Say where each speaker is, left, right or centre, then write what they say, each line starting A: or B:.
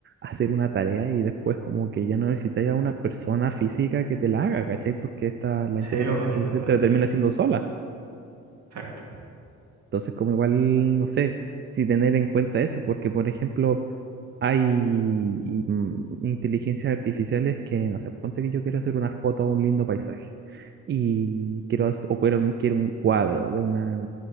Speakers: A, on the right (about 40°); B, on the right (about 60°).
A: hacer una tarea y después como que ya no necesitas a una persona física que te la haga, ¿cachai? Porque esta, la
B: Sí,
A: inteligencia
B: po,
A: artificial
B: eso igual,
A: te la termina
B: ahí.
A: haciendo sola.
B: Exacto.
A: Entonces, como igual, no sé si tener en cuenta eso, porque por ejemplo, hay y, mm, inteligencias artificiales que, no sé, ponte que yo quiero hacer una foto a un lindo paisaje y quiero, hac- o quiero un, quiero un cuadro de una...